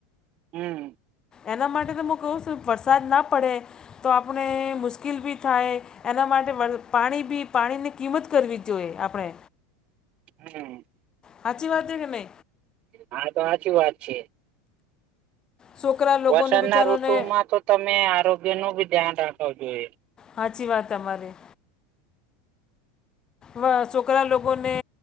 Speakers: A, on the right; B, on the left.
A: હમ્મ.
B: એના માટે તો મુ કંવ સું વરસાદ ના પડે તો આપૂણે મુશ્કિલ બી થાય. એના માટે વલ પાણી બી પાણીની કિંમત કરવી જોઈએ આપળે.
A: હમ્મ.
B: હાચી વાત હે કે નય?
A: માર તો સાચી વાત છે.
B: છોકરા લોકોને
A: વરસાદ
B: બિચારોને
A: ના ઋતુ માં તો તમે આરોગ્ય નું ભી ધ્યાન રાખવું જોઈએ.
B: હાચી વા તમારી વ છોકરા લોકોને